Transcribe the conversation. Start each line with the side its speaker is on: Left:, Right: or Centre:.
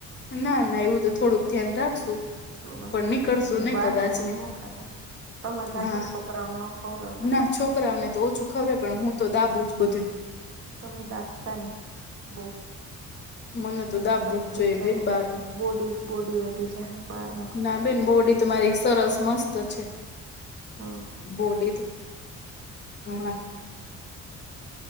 Left: ના-ના એવું તો થોડુંક ધ્યાન રાખશું.
Right: તો વાંધોની
Left: પણ નીકળશું
Right: બાકી
Left: નહી
Right: બારનું
Left: કદાચ
Right: બો
Left: ને
Right: ના ખાતા તમે કાચો
Left: હા
Right: છોકરાઓને ના ખવડાતા
Left: ના છોકરાઓને તો ઓછું ખબર પણ હું તો દાબું જ બધું
Right: તમે દાખતા નહી, બો.
Left: મને તો
Right: મગર
Left: દાબવું
Right: થઇ
Left: જ જોઈએ
Right: જાહો
Left: બેન બહારનું
Right: બોડી-બોડી વધી જ બાર
Left: ના બેન બોડી તો મારી સરસ મસ્ત છે.
Right: હમ
Left: બોડી તો, હમ્મ.